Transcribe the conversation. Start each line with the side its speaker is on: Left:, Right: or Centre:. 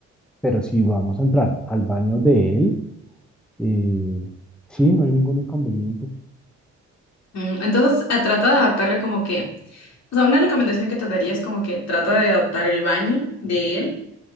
Centre: pero si vamos a entrar al baño de él, eh, sí, no hay ningún inconveniente,
Left: Mm, Entonces, a- trata de adaptarle como que, o sea, una recomendación que te daría es como que trata de adaptar el baño de él